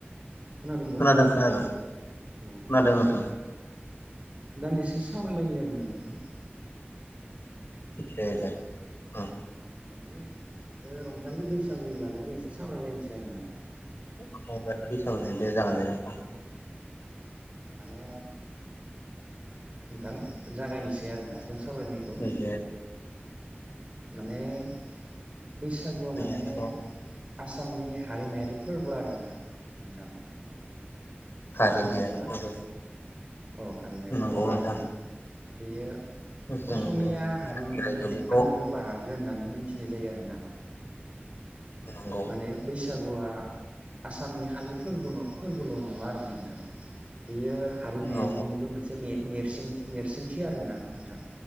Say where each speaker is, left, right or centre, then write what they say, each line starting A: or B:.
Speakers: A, on the right; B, on the left.
A: खोनादोंबा
B: खोनादों खोनादों
A: औ
B: खोनादों
A: माने
B: नोंथां
A: दान्दिसे स सावरायलायनि आरो ना नोंथां
B: दे दे औ
A: औ माने ओ रंजालि बैसागुनि बागैनो एसे सावरायलायनोसै आरोना
B: <unintelligible> दे जागोन दे नोंथां
A: औ माने नोंथां जागायनोसै <unintelligible> आरो ना जों सावरायनायखौ ओम
B: दे
A: माने <inaudible> बैसागुआ
B: जोंनियाथ'
A: माने आसामनि हारिमायारि फोरबो आरोना नोंथां
B: हारिमायारि
A: खोनादों दा
B: फोरबो
A: औ हारिमायारि
B: नंगौ
A: फोरबो
B: नोंथां
A: आरोना बेयो
B: जोंनि
A: असमिया हारिमुनिबो
B: रायजो
A: माने
B: बेखौ
A: आंगो बाहागो होननानै मोनथिनाय जायो आरोना
B: नंगौ
A: माने बैसागुआ आसामनि खालि फोरबोल फोरबोल नङा आरो ना नोंथां बियो हारिमायारिनिबो
B: औ
A: मोनसे ने नेर्सिन नेर्सोनथि आरोना नोंथां